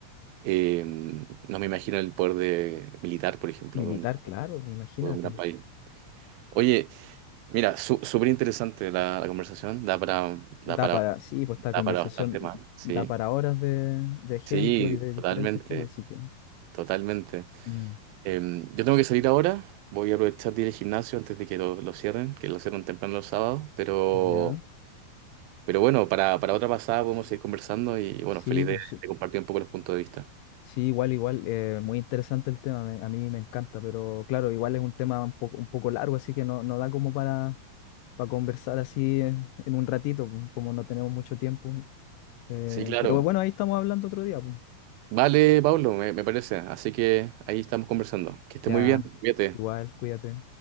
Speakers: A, on the right; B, on the left.
A: Eh, no me imagino el poder de militar, por ejemplo,
B: militar,
A: de un
B: claro, imagínate.
A: de un gran país. Oye, mira, su- súper interesante la, la conversación, da para, da
B: Da
A: para,
B: para, sí, pues esta
A: da
B: conversación
A: para bastante más, ¿sí?
B: da para horas de, de ejemplo
A: Sí,
B: y de diferentes
A: totalmente,
B: cosas, así que.
A: totalmente.
B: mm,
A: Eh, yo tengo que salir ahora, voy a aprovechar de ir al gimnasio antes de que lo, lo cierren, que lo cierran temprano los sábados, pero,
B: Ya.
A: pero bueno, para, para otra pasada podemos seguir conversando y bueno,
B: Sí,
A: feliz de,
B: pues sí.
A: de compartir un poco los puntos de vista.
B: Sí, igual, igual. eh, muy interesante el tema, me- a mí me encanta, pero claro, igual es un tema un poco, un poco largo, así que no, no da como para, para conversar así eh, en un ratito, pues, como no tenemos mucho tiempo. Eh,
A: Sí, claro.
B: pero bueno, ahí estamos hablando otro día, pues.
A: Vale, Pablo, me, me parece. Así que ahí estamos conversando. Que esté
B: Ya,
A: muy bien, cuídate.
B: igual, cuídate.